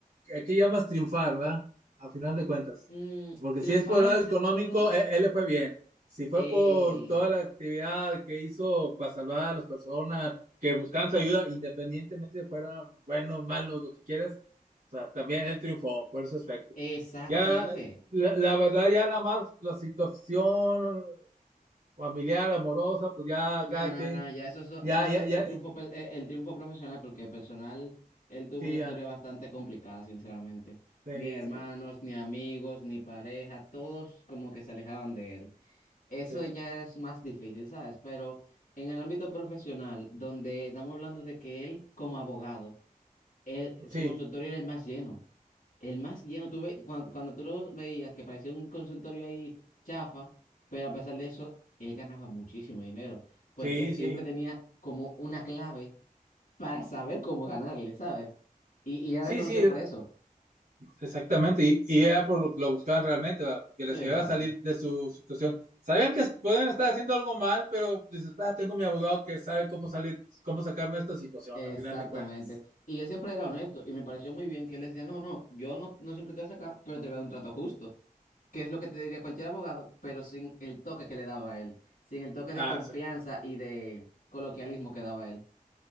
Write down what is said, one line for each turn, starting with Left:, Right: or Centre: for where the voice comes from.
Right: a qué llamas triunfar, ¿verdad? A final de cuentas.
Left: mm,
Right: Porque
Left: triunfar
Right: si es por el
Left: en
Right: lado
Left: el
Right: económico,
Left: sentido
Right: eh, él, le fue bien. Si fue
Left: Eh,
Right: por toda la actividad que hizo para salvar a las personas que buscaban su ayuda, independientemente fueran buenos, malos, lo que quieras, o sea, también él triunfó por ese aspecto.
Left: exactamente.
Right: Ya, la, la verdad, ya nada más la situación familiar, amorosa, pues ya
Left: No,
Right: cada
Left: no,
Right: quien,
Left: no, ya eso, eso-
Right: ya,
Left: estamos
Right: ya,
Left: hablando
Right: ya,
Left: del triunfo, pe- eh, el triunfo profesional, porque personal, él tuvo
Right: sí,
Left: una historia
Right: ya.
Left: bastante complicada, sinceramente.
Right: Sí,
Left: Ni hermanos,
Right: sí,
Left: ni amigos, ni pareja, todos como que se alejaban de él. Eso
Right: sí,
Left: ya es más difícil, ¿sabes? Pero en el ámbito profesional, donde estamos hablando de que él, como abogado, él, su
Right: sí,
Left: consultorio era el más lleno. El más lleno, tú ve, cuando, cuando tú lo veías que parecía un consultorio ahí chafa, pero a pesar de eso, él ganaba muchísimo dinero, porque
Right: sí,
Left: él siempre
Right: sí,
Left: tenía como una clave para saber cómo ganarle, ¿sabes? Y, y era
Right: sí,
Left: reconocido
Right: sí,
Left: por eso.
Right: exactamente. Y, y era por lo que lo buscaban realmente, ¿verdad? que
Left: Sí,
Right: les
Left: exacto.
Right: ayudara a salir de su situación. Sabían que pueden estar haciendo algo mal, pero dices, ah, tengo mi abogado que sabe cómo salir, cómo sacarme de esta situación,
Left: Exactamente.
Right: a final de cuentas.
Left: Y él siempre era honesto y me pareció muy bien que él decía, no, no, yo no, no siempre te voy a sacar, pero te voy a dar un trato justo, que es lo que te diría cualquier abogado, pero sin el toque que le daba a él, sin el toque de
Right: Ah,
Left: confianza
Right: exacto.
Left: y de coloquialismo que daba él.